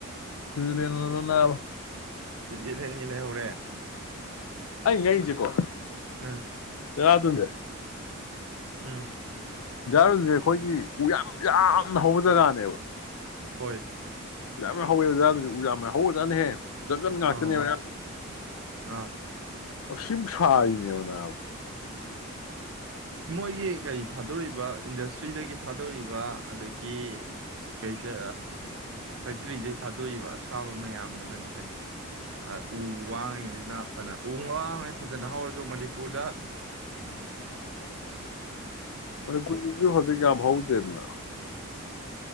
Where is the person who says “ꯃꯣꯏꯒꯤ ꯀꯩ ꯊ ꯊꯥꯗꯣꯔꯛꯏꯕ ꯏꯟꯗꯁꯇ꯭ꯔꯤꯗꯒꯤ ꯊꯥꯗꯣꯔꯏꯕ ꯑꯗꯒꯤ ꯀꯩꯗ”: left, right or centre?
Right